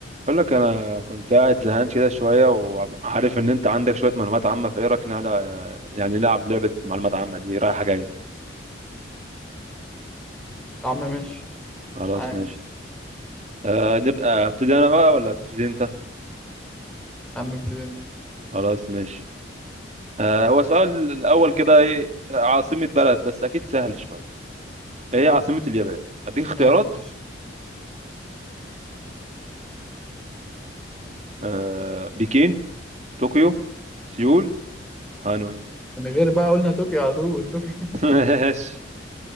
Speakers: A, on the right (about 35°); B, in the centre.
A: بقول لك انا كنت قاعد زهقان كده شويه وعارف ان انت عندك شويه معلومات عامه فايه رايك نلعب يعني نلعب لعبه معلومات عامه دي رايحه جايه
B: يا عم ماشي
A: خلاص
B: معاك
A: ماشي آه نبقى ابتدي انا بقى ولا تبتدي انت
B: يا عم ابتدي انت
A: خلاص ماشي آه هو سؤال الاول كده ايه عاصمه بلد بس اكيد سهل شويه ايه عاصمه اليابان اديك اختيارات
B: ماشي
A: آه بكين طوكيو سيول هانوي
B: من غير بقى قلنا طوكيو على طول طوكيو
A: <laughs> ماشي